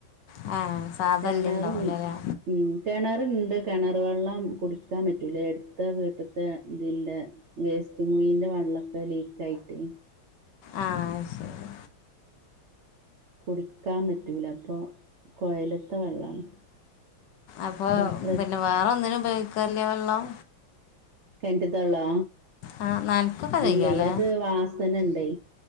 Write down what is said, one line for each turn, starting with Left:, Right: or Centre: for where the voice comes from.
Left: ആ സാധല്ലേ
Right: കെണർ
Left: ഉണ്ടാവില്ല അല്ലേ
Right: ഉം കെണ റ്ണ്ട് കെണർ വെള്ളം കുടിക്കാൻ പറ്റൂല എട്ത്ത വീട്ട്ത്ത ഇതിന്റെ വേസ്റ്റ് കുയിന്റെ വെള്ളക്കെ ലീക്ക് ആയിട്ടെ
Left: ആ ശരി
Right: കുടിക്കാൻ പറ്റൂല അപ്പൊ കൊയല്ത്തെ വെള്ളാണ്
Left: അപ്പൊ
Right: ഫിൽട്ടർ
Left: പിന്നെ വേറെ ഒന്നിനും ഉപ കാറില്ലേ വെള്ളം
Right: കെൻ റ്റ് ത്തെ വള്ളോ
Left: ആ നനക്കൊക്കെ ചെയ്യാം
Right: ഇല്ലേ
Left: അല്ലേ
Right: അത് വാസനണ്ടെ